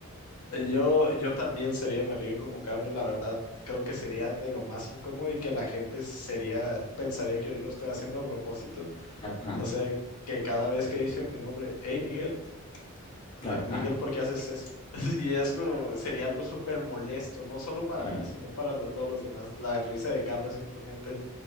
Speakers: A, on the left; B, on the left.
A: Eh, Yo, yo también sería, me río como cabro, la verdad, creo que sería de lo más incómodo y que la gente sería, pensaría que yo lo estoy haciendo a propósito.
B: Claro, ajá,
A: O sea, que cada vez que dicen mi nombre, hey Miguel,
B: claro,
A: eh, Miguel,
B: ajá,
A: ¿por qué haces eso? <laughs> Y es como, sería algo súper molesto, no solo para
B: claro.
A: mí, sino para lo- todos los demás. La risa de cabra simplemente